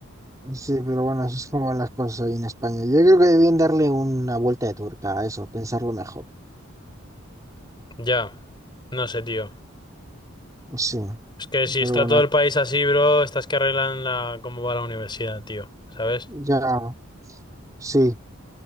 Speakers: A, on the right (about 15°); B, on the left (about 20°).
A: Sí, pero bueno, eso es como van las cosas ahí en España. Yo creo que debían darle una vuelta de turca a eso, pensarlo mejor.
B: Ya, no sé, tío.
A: Sí,
B: Es que si
A: pero
B: está
A: bueno,
B: todo el país así, bro, estás que arreglan la cómo va la universidad, tío, ¿sabes?
A: ya, sí.